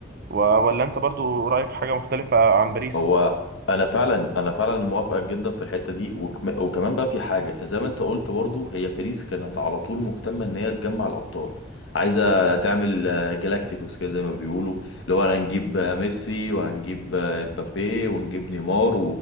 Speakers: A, on the right; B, on the left.
A: و- ولا انت برضو رايك حاجه مختلفه عن باريس
B: هو انا فعلا انا فعلا موافقك جدا في الحته دي وكم- وكمان بقى في حاجه زي ما انت قلت برضو هي باريس كانت على طول مهتمه ان هي تجمع الابطال عايزه تعمل آه، جالاكتيكوس كده زي ما بيقولوا اللي هو انا هنجيب آه، ميسي وهنجيب آه، امبابي ونجيب نيمار